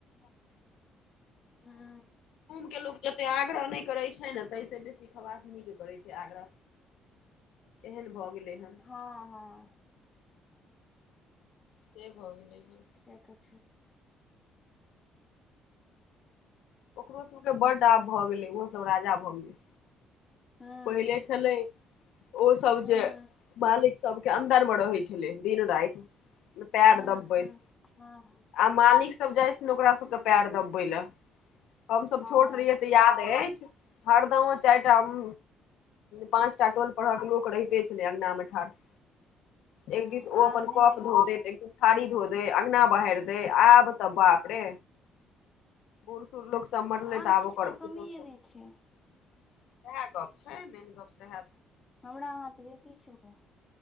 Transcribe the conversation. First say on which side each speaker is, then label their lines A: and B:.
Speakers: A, on the left (about 20°); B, on the left (about 75°).
A: हूँ
B: <unintelligible> जते आग्रह नहि करैत छैन ताहि से बेसी खवास नीक करैत छै आग्रह एहन भऽ गेलै हेँ
A: हँ हँ
B: से भऽ गेलै हन
A: से तऽ छै
B: ओकरो सबके बड्ड आब भऽ गेलै ओहो सब राजा भऽ गेलै
A: हूँ
B: पहिल
A: हूँ
B: छलै ओ सब
A: हूँ
B: जे मालिक सबके अन्दर मे रहै छलै दिन राति पेर
A: हूँ
B: दबबैत
A: हूँ हँ हँ
B: आब मालिक सब जाय छै ने ओकरा सबके पैर दबे लए हमसभ
A: हँ
B: छोट रहियै
A: से
B: तऽ याद अछि हरदम ओ चारि टा हम पाँच टा टोल परहक लोक रहिते छलै अङंगगना मे ठाढ़
A: हूँ
B: एक दिस ओ
A: आब
B: अपन
A: नहि
B: कप
A: रहै
B: धो दैत
A: छै
B: एक दिस थड़ी धो दे अङ्गना बहारि देय आब त बाप रे बूढ़ सूढ़ लोक सब मरलै
A: आब
B: तऽ आबो
A: किछुके
B: कर
A: कमिए
B: पुतहु सब
A: नहि
B: सेएह
A: छै
B: गप छै मेन गप सैह
A: हमरा अहाँ सँ बेसी छै ओकरा